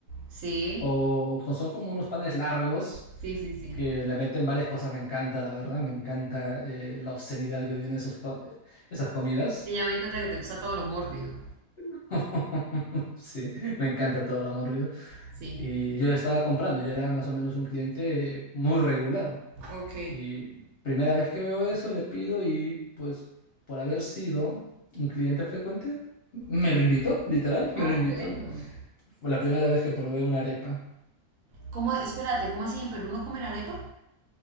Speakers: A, on the right; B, on the left.
A: Sí.
B: o co- son como unos panes largos
A: Sí, sí, sí.
B: que le meten varias cosas. Me encanta, la verdad, me encanta eh, la obscenidad que tienen esos pa- eh, esas comidas.
A: Sí, ya me di cuenta que te gusta todo lo mórbido.
B: <laughs> Sí, me encanta todo lo amorrido.
A: Sí.
B: Y yo le estaba comprando, yo era más o menos un cliente muy regular.
A: Ok.
B: Y primera vez que veo eso, le pido y pues por haber sido un cliente frecuente, me
A: Te lo
B: lo invitó,
A: digo.
B: literal, <laughs> me
A: Oh,
B: lo invitó.
A: bueno.
B: Fue la primera vez que probé una arepa.
A: ¿Cómo? Espérate, ¿cómo así en Perú no comen arepa?